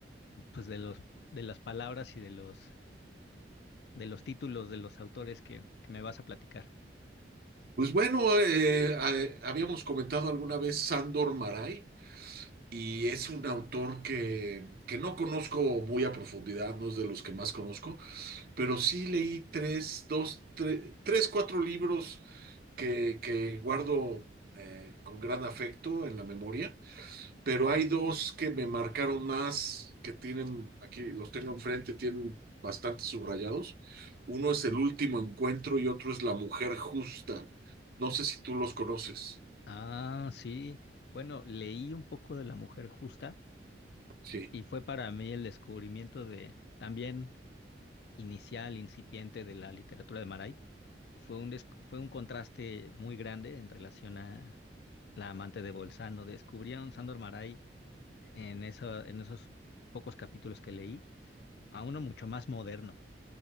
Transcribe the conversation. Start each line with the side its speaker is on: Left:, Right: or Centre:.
Left: pues de los de las palabras y de los de los títulos de los autores que, que me vas a platicar.
Right: Pues bueno, eh, a- habíamos comentado alguna vez Sándor Maray y es un autor que, que no conozco muy a profundidad, no es de los que más conozco, pero sí leí tres, dos, tre- tres, cuatro libros que, que guardo eh, con gran afecto en la memoria. pero hay dos que me marcaron más, que tienen, aquí los tengo enfrente, tienen bastante subrayados. Uno es El Último Encuentro y otro es La Mujer Justa. No sé si tú los conoces.
Left: Ah, sí. Bueno, leí un poco de La Mujer Justa
Right: Sí,
Left: y fue para mí el descubrimiento de también inicial, incipiente de la literatura de Maray. fue un, des- fue un contraste muy grande en relación a La amante de Bolzano. Descubrí a un Sandor Maray en, esa- en esos pocos capítulos que leí, a uno mucho más moderno,